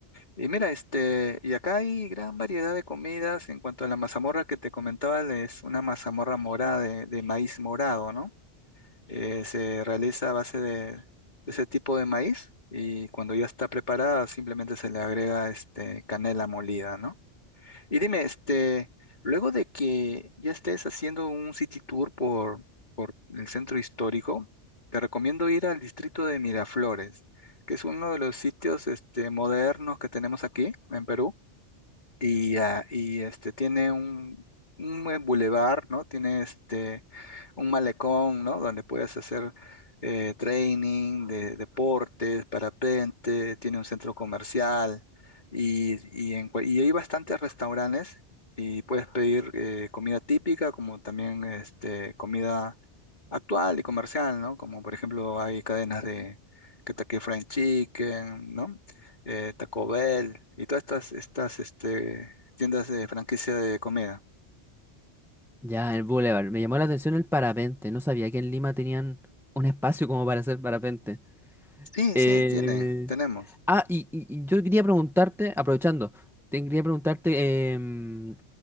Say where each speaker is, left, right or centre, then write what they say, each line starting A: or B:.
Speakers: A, on the left; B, in the centre.
A: Y mira, este, y acá hay gran variedad de comidas. En cuanto a la mazamorra que te comentaba, es una mazamorra morada de, de maíz morado, ¿no? Eh, se realiza a base de, de ese tipo de maíz y cuando ya está preparada simplemente se le agrega este, canela molida, ¿no? Y dime, este, luego de que ya estés haciendo un city tour por, por el centro histórico, te recomiendo ir al distrito de Miraflores, que es uno de los sitios, este, modernos que tenemos aquí en Perú y, ah, y este tiene un, un buen bulevar, ¿no? Tiene este un malecón, ¿no? Donde puedes hacer eh, training de deportes, parapente, tiene un centro comercial y, y, en cua- y hay bastantes restaurantes y puedes pedir eh, comida típica como también este, comida actual y comercial, ¿no? Como por ejemplo hay cadenas de Kentucky Fried Chicken, ¿no? eh, Taco Bell y todas estas, estas este, tiendas de franquicia de comida.
B: Ya, el boulevard. Me llamó la atención el parapente. No sabía que en Lima tenían un espacio como para hacer parapente.
A: Sí,
B: Eh,
A: sí, tienen, tenemos.
B: ah, y, y- y yo quería preguntarte, aprovechando, te quería preguntarte em,